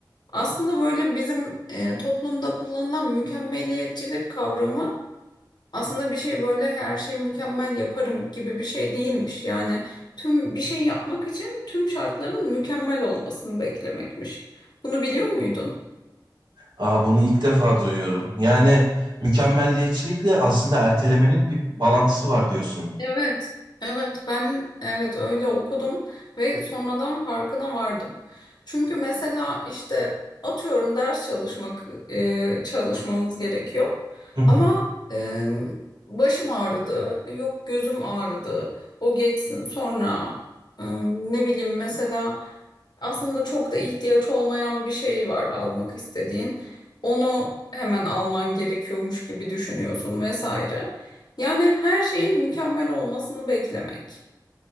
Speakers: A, on the left (about 65°); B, on the right (about 80°).
A: Aslında böyle bizim e, toplumda kullanılan mükemmeliyetçilik kavramı aslında bir şey böyle her şeyi mükemmel yaparım gibi bir şey değilmiş. Yani tüm bir şey yapmak için tüm şartların mükemmel olmasını beklemekmiş. Bunu biliyor muydun?
B: Aa, bunu ilk defa duyuyorum. Yani mükemmelliyetçilikle aslında ertelemenin bir bağlantısı var diyorsun.
A: Evet, evet ben evet öyle okudum ve sonradan farkına vardım. Çünkü mesela işte atıyorum ders çalışmak e, çalışmamız gerekiyor
B: Hı hı.
A: ama e, başım ağrıdı, yok gözüm ağrıdı, o geçsin sonra e, ne bileyim mesela aslında çok da ihtiyaç olmayan bir şey var almak istediğin. Onu hemen alman gerekiyormuş gibi düşünüyorsun vesaire. Yani her şeyin mükemmel olmasını beklemek.